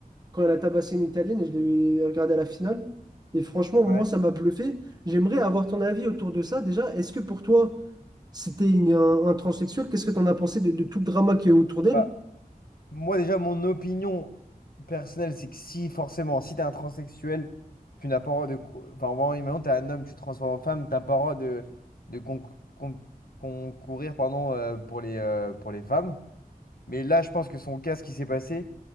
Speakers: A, on the right; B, on the left.
A: quand elle a tabassé une Italienne et je l'ai regardé à la finale. Et franchement, moi,
B: ouais.
A: ça m'a bluffé. J'aimerais avoir ton avis autour de ça. Déjà, est-ce que pour toi, c'était une- un, un transsexuel? Qu'est-ce que tu en as pensé de, de tout le drama qui est autour d'elle?
B: Bah, moi déjà, mon opinion personnelle, c'est que si forcément, si t'es un transsexuel, tu n'as pas le droit de... co- Enfin, vraiment, imaginons, t'es un homme, tu te transformes en femme, t'as pas le droit de, de con- con- concourir pardon, euh, pour les, euh, pour les femmes. Mais là, je pense que son cas, ce qui s'est passé,